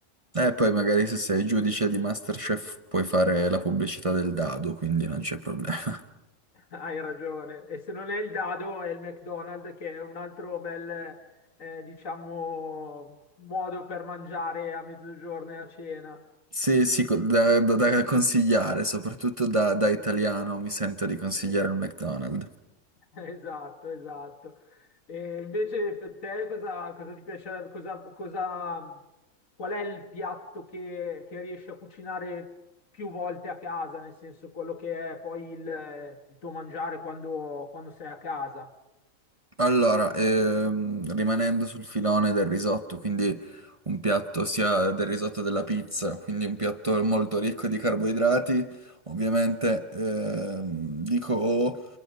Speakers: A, on the right (about 30°); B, on the left (about 75°).
A: E poi magari se sei giudice di MasterChef puoi fare la pubblicità del dado, quindi non c'è problema.
B: <laughs> Hai ragione. E se non è il dado, è il McDonald's, che è un altro bel, eh, diciamo, modo per mangiare a mezzogiorno e a cena.
A: Sì, sì, co- da, da- da consigliare, soprattutto da, da italiano mi sento di consigliare
B: Eh,
A: un McDonald's.
B: <laughs> Esatto, esatto. E invece per te cosa, cosa ti piacerebbe, cosa, cosa- qual è il piatto che, che riesci a cucinare più volte a casa, nel senso quello che è poi il, il tuo mangiare quando, quando sei a casa?
A: Allora, ehm, rimanendo sul filone del risotto, quindi un piatto sia del risotto della pizza, quindi un piatto molto ricco di carboidrati, ovviamente ehm, dico